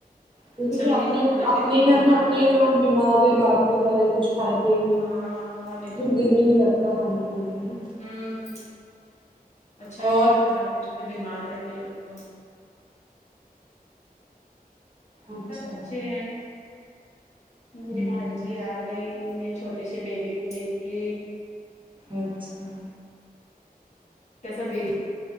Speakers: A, on the right; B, on the left.
A: کیونکہ
B: اچھا
A: پھر
B: بھی
A: اپنے
B: نہیں لگتا نا
A: اپنے
B: پھر کوئی
A: ہی گھر
B: بیمار
A: میں اپنے
B: رہتا
A: ہی
B: ہے
A: لوگ
B: تو
A: بیمار رہے بات نہیں کر رہے کچھ کھائے پیے نہیں
B: ہاں اور نہیں
A: تو پھر دل بھی نہیں لگتا کھانے پینے میں
B: ہوں اچھا نہیں
A: اور
B: لگتا نا پھر جسے بیمار رہتے لوگ تو
A: اچھا
B: سب اچھے ہیں میری
A: ہوں
B: بھان جی آ گئی میں چھوٹے سے بیبی کو لے کے
A: اچھا
B: اچاسا بےبی